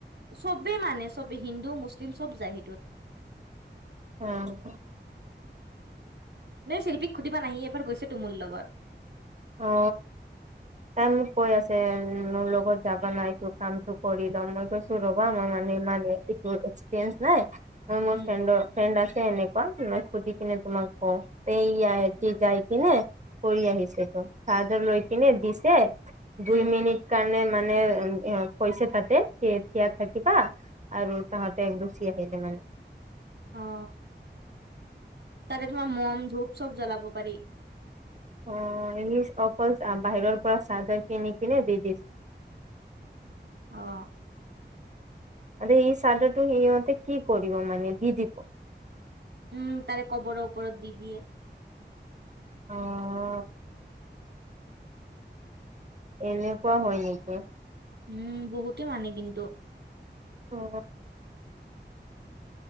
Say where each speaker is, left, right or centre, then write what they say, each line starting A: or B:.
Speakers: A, on the right (about 65°); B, on the right (about 40°).
A: চবে মানে চবে হিন্দু মুছলিম চব যায় সেইটোত।
B: উম।
A: মি শিল্পীক সুধিবা না। ই এবাৰ গৈছে তো মোৰ লগত।
B: অ। তাই মোক কৈ আছে। মোৰ লগত যাবা না, এইতো কামটো কৰি লম। মই কৈছো ৰ'বা মোৰ মানে ইমান এইটো এক্সপেৰিয়েন্স নাই। মই মোৰ
A: উম।
B: ফ্ৰেণ্ড-ফ্ৰেণ্ড আছে এনেকুৱা, মই খুধি কিনে তোমাক অ সেইয়া হেতি যাইকিনে কৰি আহিছে। চাদৰ লৈ কিনে দিছে, দুই
A: উম
B: মিনিট কাৰণে মানে উ কৈছে তাতে যে এতিয়া থাকিবা। আৰু তাহাঁতে গুচি আহিলে মানে।
A: অ তাতে তোমাৰ মম ধূপ চব জ্বলাব পাৰি।
B: অ এই অকল বাহিৰৰ পৰা চাদৰ কিনি কিনে দি দিছে।
A: অ।
B: আৰু এই চাদৰটো সিহঁতে কি কৰিব মানে দি দিব।
A: উম তাৰে কবৰ ওপৰত দি দিয়ে।
B: অ। এনেকুৱা হয় নেকি?
A: উম বহুতে মানে কিন্তু
B: অ।